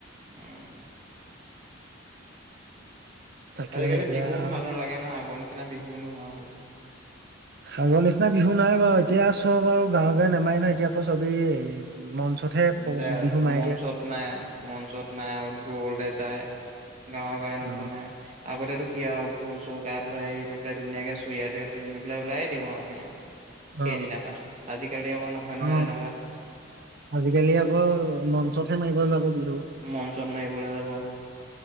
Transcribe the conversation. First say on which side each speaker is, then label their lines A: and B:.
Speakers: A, on the right; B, on the right.
A: উম
B: তাকেহে
A: আজিকালি
B: এতিয়া
A: বিহুও ভাল নালাগে ন আগৰ নিচিনা বিহু নোহোৱা হ'ল
B: আগৰ নিচিনা বিহু নাই বাৰু এতিয়া চব আৰু গাঁৱে গাঁৱে নেমাই নহয় এতিয়া আকৌ চবেই মঞ্চতহে প-
A: যে
B: বিহু মাৰেগে
A: মঞ্চত মায় মঞ্চত মায় দৌৰলে যায় গাঁৱে গাঁৱে নোসোমায়
B: অ
A: আগতে টো কিয়া হওক গু চওক গা ধুৱাই আহিল পেলাইুনীয়াক চুয়া তুই পন্ধ ল পেলাই লাই। দি আৰু আমি আৰু সেইদিনা
B: অ
A: প আজিকালি আকৌ নহয় নহয়
B: অ
A: তেনেকুৱা
B: আজিকালি আকৌ মঞ্চত হে মাৰিব যাব বিহু
A: মঞ্চত মাৰিবলৈ যাব।